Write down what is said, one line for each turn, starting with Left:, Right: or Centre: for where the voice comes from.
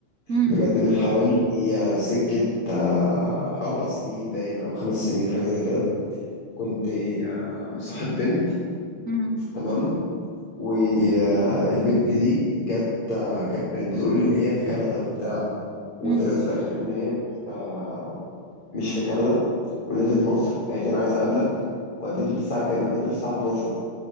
Right: امم
Left: بجد من حوالي آه، سكة آه اربع سنين باين او خمس سنين حاجة زي كده كنت آه مصاحب بنت
Right: امم
Left: تمام والبنت دي جت آه، كانت بتقول لي ان هي في كندا وبتاع وطلعت
Right: امم
Left: في الاخر ان هي مش آه، مش في كندا ونزلت مصر قالت لي انا عايزه اقابلك وقابلتني الساعه كام قابلتني الساعه 12